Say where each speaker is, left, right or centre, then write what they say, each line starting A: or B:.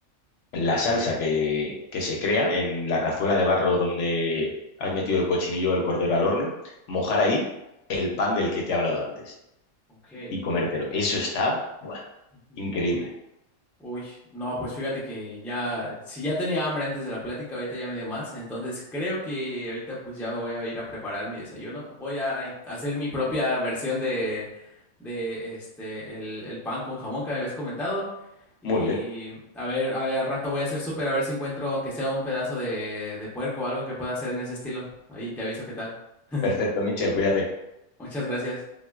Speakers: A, on the left; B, in the centre.
A: la salsa que, que se crea en la cazuela de barro donde has metido el cochinillo o el cordero al horno, mojar
B: Ya.
A: ahí el pan del que te he hablado antes
B: Ok,
A: y comértelo.
B: ok.
A: Eso está, buah,
B: Ujú.
A: increíble.
B: Uy, no, pues fíjate que ya, si ya tenía hambre antes de la plática, ahorita ya me dio más, entonces creo que ahorita pues ya me voy a ir a preparar mi desayuno. Voy a in- hacer mi propia versión de, de este, el, el pan con jamón que me habías comentado y
A: Muy bien.
B: a ver, a ver, al rato voy a hacer súper a ver si encuentro aunque sea un pedazo de, de puerco o algo que pueda hacer en ese estilo. Ahí te aviso qué tal. <laughs>
A: Perfecto, Michel, cuídate.
B: Muchas gracias.